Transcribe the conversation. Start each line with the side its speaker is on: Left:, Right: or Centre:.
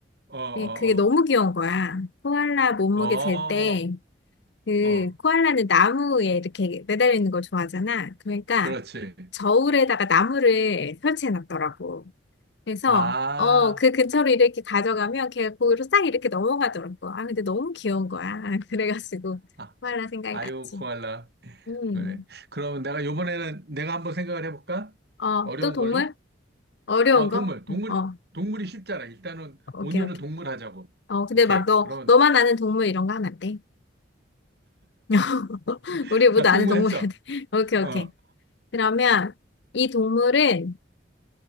Right: 어,
Left: 네, 그게 너무 귀여운 거야. 코알라 몸무게
Right: 어, 어,
Left: 잴 때, 그,
Right: 어,
Left: 코알라는 나무에 이렇게 매달려 있는 걸 좋아하잖아. 그러니까,
Right: 그렇지.
Left: 저울에다가 나무를 설치해 놨더라고. 그래서,
Right: 아,
Left: 어, 그 근처로 이렇게 가져가면 걔가 거기로 싹 이렇게 넘어가더라고. 아, 근데 너무 귀여운 거야. <laughs> 그래가지고,
Right: 아,
Left: 코알라 생각이
Right: 아유,
Left: 났지.
Right: 코알라.
Left: 음,
Right: 그래. 그러면 내가 요번에는 내가 한번 생각을 해볼까?
Left: 어,
Right: 어려운
Left: 또 동물?
Right: 걸로?
Left: 어려운
Right: 어,
Left: 거?
Right: 동물, 동물,
Left: 어,
Right: 동물이 쉽잖아. 일단은
Left: 오케이,
Right: 오늘은
Left: 오케이.
Right: 동물 하자고.
Left: 어, 근데
Right: 오케이.
Left: 막 너,
Right: 그러면,
Left: 너만 아는 동물 이런 거 하면 안 돼. <laughs>
Right: <laughs>
Left: 우리 모두
Right: 자, 동물
Left: 아는 동물이야
Right: 했어.
Left: 돼. <laughs> 오케이,
Right: 어,
Left: 오케이. 그러면 이 동물은